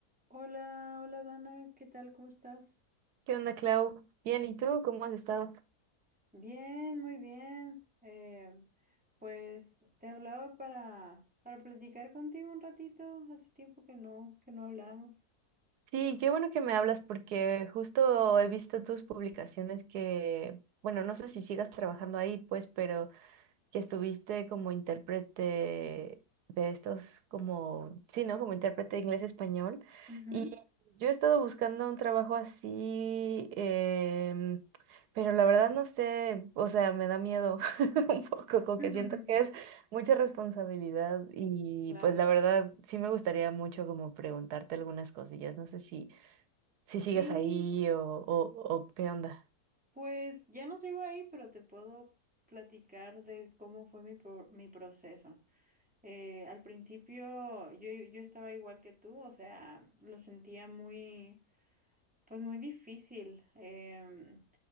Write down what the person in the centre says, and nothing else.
Hola, hola Dana, ¿qué tal? ¿Cómo estás?
Bien, muy bien. Eh, pues te hablaba para, para platicar contigo un ratito. Hace tiempo que no, que no hablamos.
Ujú.
<laughs>
Claro.
Sí,
pues ya no sigo ahí, pero te puedo platicar de cómo fue mi, pro- mi proceso. Eh, al principio yo, yo estaba igual que tú, o sea, lo sentía muy, pues muy difícil. Em,